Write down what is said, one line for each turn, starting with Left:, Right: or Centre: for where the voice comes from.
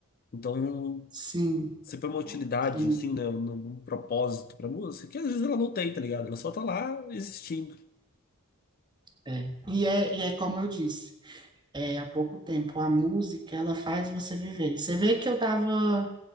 Left: Então,
Right: Sim,
Left: sempre é uma utilidade,
Right: sim,
Left: assim, né? Um, um propósito pra música, que às vezes ela não tem, tá ligado? Ela só tá lá existindo.
Right: é. E é, e é como eu disse, é há pouco tempo, a música, ela faz você viver. Você vê que eu tava